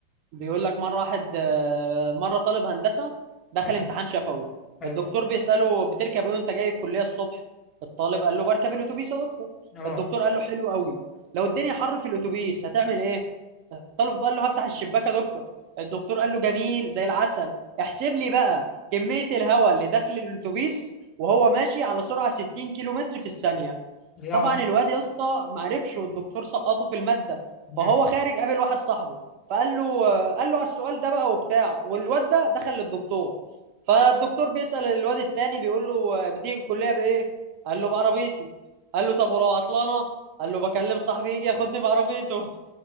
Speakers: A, on the right (about 45°); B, on the left (about 30°).
A: بيقول لك مرة واحد آه، مرة طالب هندسة دخل
B: مم.
A: امتحان شفوي
B: حلو
A: الدكتور بيسأله بتركب ايه وانت جاي الكلية الصبح الطالب قال له بركب الاتوبيس يا دكتور
B: اه
A: الدكتور قال له حلو قوي لو الدنيا حر في الاتوبيس هتعمل ايه الطالب قال له هفتح الشباك يا دكتور الدكتور قال له جميل زي العسل احسب لي بقى كمية الهواء اللي داخل الاتوبيس وهو ماشي على سرعة 60 كيلو متر في الثانية
B: يا
A: طبعا الواد يا اسطى ما عرفش والدكتور سقطه في الماده
B: مم.
A: فهو خارج قابل واحد صاحبه فقال له قال له على السؤال ده بقى وبتاع والواد ده دخل للدكتور فالدكتور بيسأل الواد التاني بيقول له بتيجي الكليه بايه؟ قال له بعربيتي قال له طب ولو عطلانه؟ قال له بكلم صاحبي يجي ياخدني بعربيته